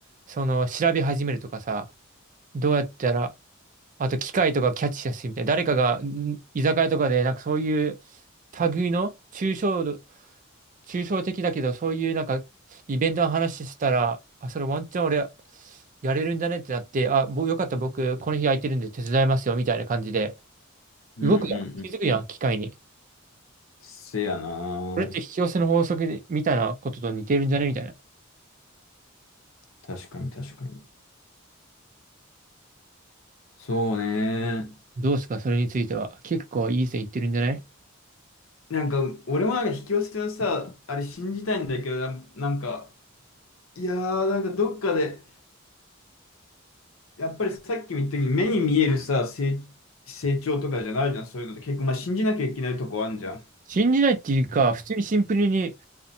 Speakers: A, on the right; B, on the left.
A: その調べ始めるとかさ、どうやったら、あと機械とかキャッチしやすいみたいな、誰かがん居酒屋とかでなんかそういう類の抽象度、抽象的だけど、そういうなんかイベントの話してたら、あ、それワンチャン俺やれるんだねってなって、あ、もうよかった僕この日空いてるんで手伝いますよみたいな感じで、
B: うん、
A: 動くやん。
B: うん。
A: 気づくやん、
B: うん
A: 機械に。
B: せやなー。
A: これって引き寄せの法則でたたいなことと似てるんじゃねみたいな。
B: 確かに確かに。そうね
A: どうですかそれについては。結構いい線いってるんじゃない
B: なんか、俺もなんか引き寄せのさ、あれ信じたいんだけど、なんなんか、いやー、なんかどっかで、やっぱりさっきも言ったけど、目に見えるさ、成、成長とかじゃないじゃん、そういうのって結構、まあ、信じなきゃいけないとこあんじゃん。
A: 信じないっていうか、普通にシンプルに